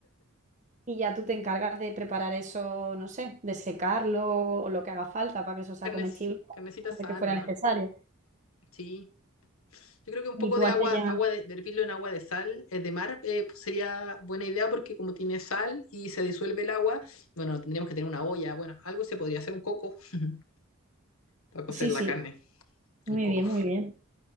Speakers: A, on the right; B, on the left.
A: Y ya tú te encargas de preparar eso, no sé, de secarlo o lo que haga falta para que eso sea
B: Carnes,
A: comestible,
B: carnecita sana,
A: de que fuera
B: nomás.
A: necesario.
B: Sí. Yo creo que un
A: Y
B: poco
A: tú
B: de
A: haces
B: agua,
A: ya...
B: agua de, de hervirlo en agua de sal, eh, de mar, eh, pues sería buena idea porque como tiene sal y se disuelve el agua, bueno, tendríamos que tener una olla, bueno, algo se podría hacer un coco <laughs> para cocer
A: Sí,
B: la
A: sí,
B: carne,
A: muy
B: un coco.
A: bien, muy bien.